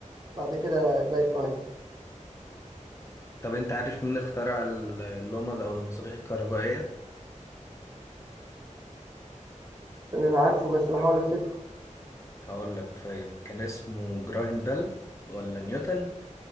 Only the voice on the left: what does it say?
طب أنت عارف مين اخترع ال- اللمبة أو المصابيح الكهربائية؟
هقول لك طيب كان اسمه جراهام بيل ولا نيوتن